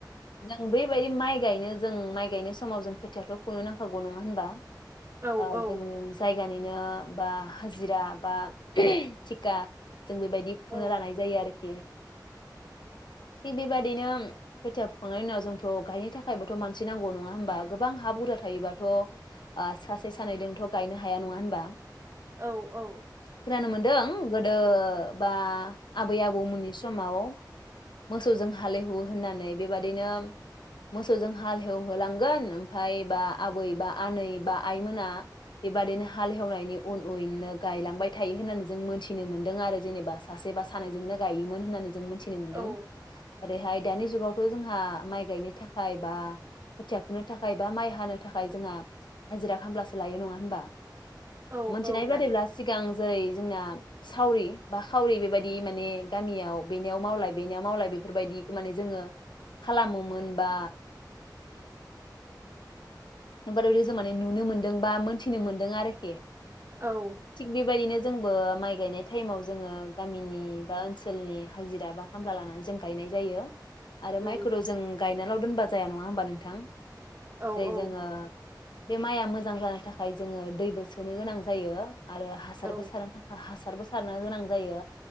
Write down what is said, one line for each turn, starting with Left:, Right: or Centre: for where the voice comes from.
Left: जों बेबायदि माइ गायनो जों माइ गायनाय समाव जों खोथिथ' खुंनो नांखागौ नङा होनबा?
Right: औ
Left: आ
Right: औ
Left: जों जाइ गानिनो बा हाजिरा बा थिखा जों बेबायदि फुनो
Right: औ
Left: लानाय जायो आरोखि। थिग बेबादिनो खोथिया फुखांनायनि उनाव जोंथ' गायनो थाखायबोथ' मानसि नांगौ नङा होमबा गोबां हा बुरजा थायोबा थ' आ सासे सानैजोंथ' गायनो हाया नङा होनबा ।
Right: औ औ
Left: खोनानो मोन्दों गोदो बा आबै आबौमोननि समाव मोसौजों हालएवो होननानै बेबादिनो मोसौजों हाल हेवहोलांगोन ओमफ्राय बा आबै बा आनै बा आइमोना बेबादिनो हाल एवनायनि उन उनैनो गायलांबाय थायो होननानै जों मोनथिनो मोन्दों आरो जेनेबा सासेबा सानैजोंनो गायोमोन होननानै । जों मिथिनो मोनदों
Right: औ
Left: ओरैहाय दानि जुगावथ' जोंहा माइ गायनो थाखाय बा खोथिया खुनो थाखाय बा माइ हानो थाखाय जोंहा हाजिरा खामब्लासो लायो नङा होनबा ।
Right: औ
Left: मोनथिनाय
Right: औ लायो
Left: बादिब्ला सिगां जेरै जोंना सावरि बा खावरि बेबायाददि माने गामियाव बेनियाव मावलाय बेनियाव मावलाय बेफोरबायदि माने जोङो खालामोमोन बा <unintelligible> जों माने नुनो मोन्दों बा मोन्थिनो मोन्दों आरोखि
Right: औ
Left: थिग बेबायदिनो जोंबो माइ गायनाय टाइमाव जोङो गामिनि बा ओनसोलनि हाजिरा बा खामला लानानै जों गायनाय जायो । आरो
Right: उम
Left: माइखौथ' जों गायनाल' दोनबा जाया नङा होमबा नोंथां ।
Right: औ औ
Left: जोङो बे माइआ मोजां जानो थाखाय जोङो दैबो सोनो गोनां जायो । आरो हासारबो
Right: औ
Left: सारनो थाखाय हास हासारबो सारनो गोनां जायो